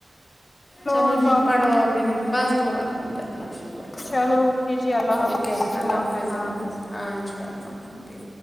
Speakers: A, on the left; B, on the left.
A: چلو
B: اور
A: جی
B: باقی
A: پڑھو اپ بھی بس دعا الحمد اللہ شکر خدا
B: چلو
A: کا
B: اوکے جی اللہ
A: اوکے
B: حافظ دعا
A: اللہ حافظ
B: کرنا
A: اللہ
B: ابھی
A: حافظ ہاں انشاء اللہ